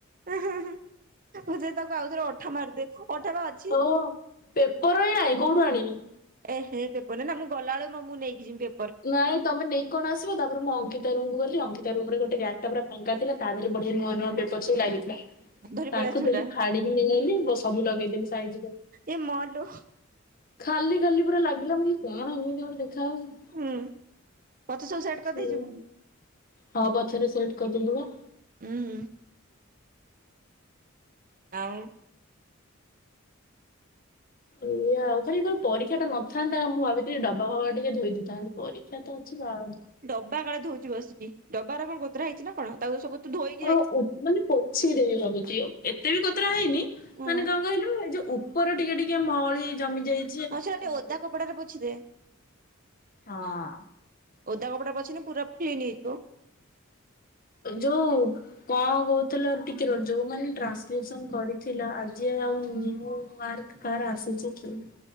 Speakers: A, on the right; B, on the left.
A: ହଁ ହୁଁ ହୁଁ ତାକୁ ଆଉଥରେ ଅଠା ମାରିଦେ ଅଠା ବା ଅଛି।
B: ଓ ପେପର ହିଁ ନାହିଁ କୋଉଠୁ ଆଣିବି।
A: ଏ ହେ ପେପର ନାଇଁ ମୁଁ ଗଲାବେଳେ ମୁଁ ନେଇକି ପେ
B: ନାଁଇଁ। ତମେ ନେଇ କଣ ଆସିବ ତାପରେ ମୁଁ ଅଙ୍କିତା ରୁମ କୁ ଗଲି ଅଙ୍କିତା ରୁମ୍ ରେ ଗୋଟ ଗାଡି ଟା ପୂରା ଫାଙ୍କା ଥିଲା ତା ଦେହରେ ବଢିଆ ନୂଆଁ ନୂଆଁ ସବୁ ଲାଗିଥିଲା
A: ଧରି
B: ତାକୁ
A: ପଳେଇ ଆସିବୁ
B: ଦେଲି
A: ଏଟା
B: ଫାଡିକି ନେଇଆଇଲି ସବୁ ଲଗେଇଦେଲି ସାଇଜିକରିକି।
A: ଏ ମାଲୋ
B: ଖାଲି ଖାଲି ପୁରା ଲାଗିଲା ମୁଁ କହିଲି କଣ ଏମିତି ଗୋଟେ ଦେଖା ଯାଉଛି।
A: ହୁଁ ମତେ ସବୁ ସେଟ୍
B: ସେଇଆ
A: କରିଦେଇଛୁ?
B: ହଁ ପଛରେ ସେଟ କରିଦେଲୁ ବା।
A: ଉ ହୁଁ। ଆଉ
B: ହେଇଆ ଆଉ ଖାଲି ପରୀକ୍ଷା ଟା ନଥାନ୍ତା ମୁଁ ଭାବିଥିଲି ଡବା ଫବା ଟିକେ ଧୋଇ ଦେଇଥାନ୍ତି ପରୀକ୍ଷା ତ ଅଛି ବାଳ
A: ବା କାଳେ ଧଉଛି ବସିକି ଡବାରେ କଣ କୋତରା ହେଇଛି ନା। କଣ ତାକୁ ସବୁ ତୁ ଧୋଇ
B: <unintelligible> ମାନେ ପୋଛିଦେବି ଭାବୁଛି ଏତେ ବି କତୋରା ହେଇନି
A: ହଁ
B: ମାନେ କଣ କହିଲୁ ଏଇ ଯୋଉ ଉପରେ ଟିକେ ଟିକେ ମଳି ଜମି ଯାଇ
A: ପଛଟା ଟିକେ ଓଦା କପଡାରେ ପଛିଦେ।
B: ହଁ।
A: ଓଦା କପଡ଼ା ରେ ପୋଛିଲେ ପୁରା କ୍ଲିନ୍ ହେଇଯିବ।
B: ଯୋଉ କଣ କହୁଥିଲ ଟିକେ ରୁହ ଯୋଉମାନେ ଟ୍ରାନ୍ସକ୍ରିପ୍ସନ କରିଥିଲ ଆଜି ଆଉ କାହାର ଆସିଛି କି?